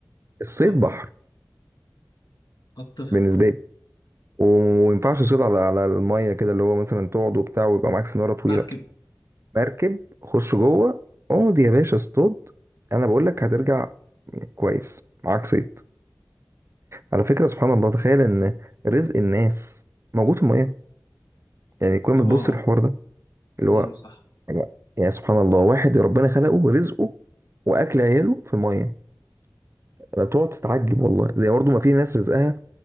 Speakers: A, on the right; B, on the left.
A: الصيد
B: اه
A: بحر
B: أتفق
A: بالنسبه لي وما ينفعش تصيد على على الميه كده اللي هو مثلا تقعد وبتاع ويبقى معاك سناره طويله
B: مركب
A: مركب خش جوه اقعد يا باشا اصطاد انا بقول لك هترجع كويس معاك صيد على فكره سبحان الله تخيل ان رزق الناس موجود في الميه يعني كل ما
B: اه آه،
A: تبص الحوار
B: آه.
A: ده اللي هو
B: أيوه صح
A: يا سبحان الله واحد ربنا خلقه رزقه واكل عياله في الميه انا بتقعد تتعجب والله زي برضه ما في ناس رزقها